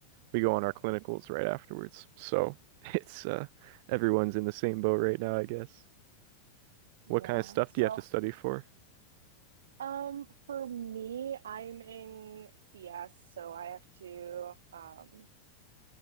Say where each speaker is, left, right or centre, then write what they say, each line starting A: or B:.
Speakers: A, on the right; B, on the right.
A: we go on our clinicals right afterwards. So <laughs> it's uh everyone's in the same boat right now, I guess.
B: yeah.
A: What kind of stuff
B: So,
A: do you have to study for?
B: um, for me, I'm in CS, so I have to um